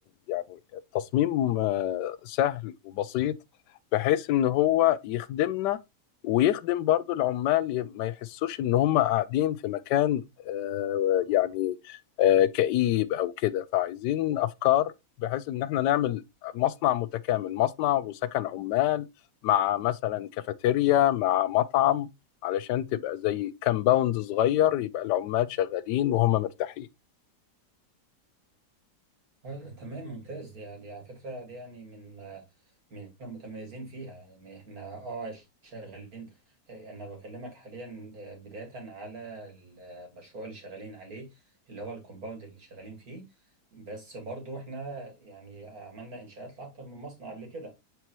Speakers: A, on the left; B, on the right.
A: يعني التصميم آه، سهل وبسيط بحيث إن هو يخدمنا ويخدم برضو العمال ي- ما يحسوش إن هم قاعدين في مكان آه، يعني آه، كئيب أو كده فعايزين أفكار بحيث إن احنا نعمل مصنع متكامل مصنع وسكن عمال مع مثلا كافيتيريا مع مطعم علشان تبقى زي كامباوند صغير يبقى العمال شغالين وهم مرتاحين
B: آه، تمام ممتاز دي, دي على فكرة دي يعني من آه، من إحنا متميزين فيها يعني احنا اه شغالين آه، انا بكلمك حاليا آه، بداية على المشروع اللي شغالين عليه اللي هو الكومباوند اللي شغالين فيه بس برضو احنا يعني آه، عملنا انشاءات لأكتر من مصنع قبل كده